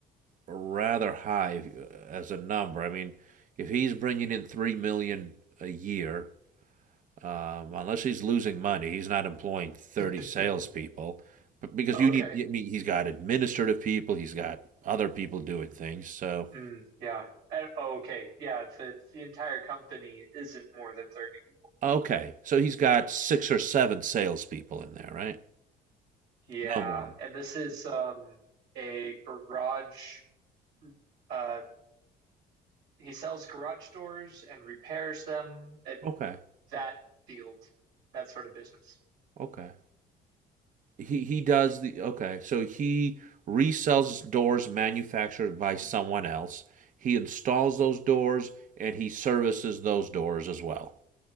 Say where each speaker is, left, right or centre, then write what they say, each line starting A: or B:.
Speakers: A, on the right; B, on the right.
A: rather high if- as a number. I mean, if he's bringing in three million a year, um, unless he's losing money, he's not employing thirty
B: <laughs>
A: salespeople. But because
B: Okay.
A: you need, I mean, he's got administrative people, he's got other people doing things. So
B: Mm, yeah. Uh, Okay. Yeah. The the entire company isn't more than 30 people.
A: okay, so he's got six or seven salespeople in there, right?
B: Yeah.
A: No more.
B: And this is um a garage uh he sells garage doors and repairs them at
A: Okay,
B: that field, that sort of business.
A: okay. he he does the okay. So he resells doors manufactured by someone else. He installs those doors and he services those doors as well.